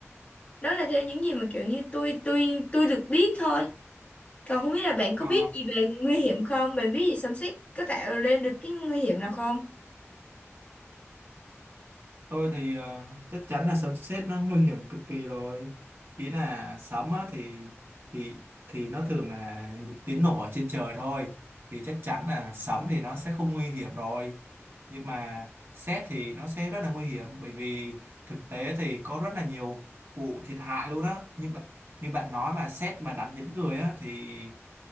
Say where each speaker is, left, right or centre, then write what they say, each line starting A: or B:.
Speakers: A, on the left (about 30°); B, on the right (about 55°).
A: đó là theo những gì mà kiểu như tôi tôi tôi được biết thôi còn không biết là bạn có
B: Ờ
A: biết gì về nguy hiểm không? Bạn biết gì xâm xích có tạo lên được cái nguy hiểm nào không?
B: tôi thì ờ, chắc chắn là sấm sét nó nguy hiểm cực kỳ rồi ý là sấm á, thì thì thì nó thường là những tiếng nổ ở trên trời thôi thì chắc chắn là sấm thì nó sẽ không nguy hiểm rồi nhưng mà sét thì nó sẽ rất là nguy hiểm bởi vì thực tế thì có rất là nhiều vụ thiệt hại luôn á như bạn như bạn nói mà sét mà đánh dính người á thì